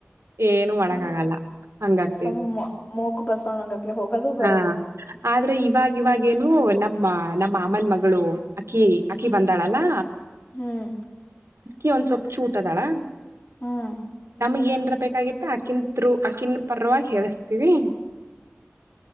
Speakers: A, on the right; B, on the left.
A: ಏನು ಮಾಡಕ್
B: ಹ್ಮ್
A: ಆಗಲ್ಲ ಹಂಗ ಆಗ್ತೈತಿ
B: ಸುಮ್ ಮೂಕ್ ಬಸವಣಂಗತ್ಲೆ ಹೋಗೋದು ಬರೋದು
A: ಹಾ ಆದ್ರೆ ಇವಾಗ ಇವಾಗ <unintelligible> ನಮ್ಮ ಮಾಮನ್ ಮಗಳು ಅಕ್ಕಿ ಅಕ್ಕಿ ಬಂದಾಳಲ್ಲಾ
B: ಹ್ಮ್
A: ಅಕಿ ಒಂದ ಸ್ವಲ್ಪ ಚೂಟದಾಳ.
B: ಹ್ಮ್
A: ನಮಗೆನ ಬೇಕಾಗಿತ್ತ ಅಕಿನ್ತ್ರು ಅಕ್ಕಿನ ಪರವಾಗಿ ಹೇಳಿಸ್ತೀವಿ.